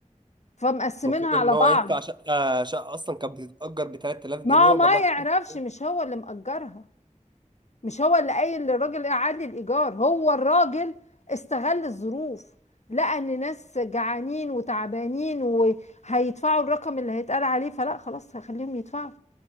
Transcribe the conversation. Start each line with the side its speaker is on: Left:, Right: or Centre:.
Left: فمقسمينها
Right: مقابل
Left: على
Right: ان هو
Left: بعض
Right: يدفع شقه شقه اصلا كانت بتتأجر ب 3000 جنيه
Left: ما هو
Right: وب
Left: ما
Right: 4000
Left: يعرفش مش هو اللي مأجرها مش هو اللي قايل للراجل اعلي الايجار هو الراجل استغل الظروف لقى ان ناس جعانين وتعبانين وهيدفعوا الرقم اللي هيتقال عليه فلا خلاص هخليهم يدفعوا